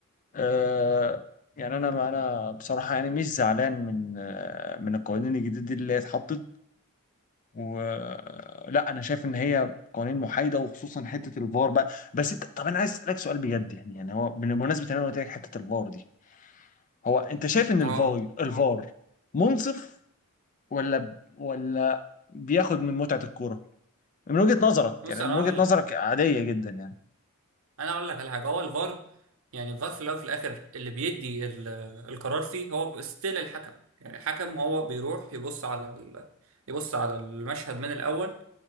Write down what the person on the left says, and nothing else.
آه يعني انا انا بصراحه يعني مش زعلان من آه من القوانين الجديده دي اللي هي اتحطت ولا انا شايف ان هي قوانين محايده وخصوصا حته الفار بقى بس انت طب انا عايز اسالك سؤال بجد يعني يعني هو بمناسبه ان انا قلت لك حته الفار دي هو انت شايف ان
الفار الفار منصف ولا ولا بياخد من متعه الكوره من وجهه نظرك
يعني
من وجهه نظرك عاديه جدا يعني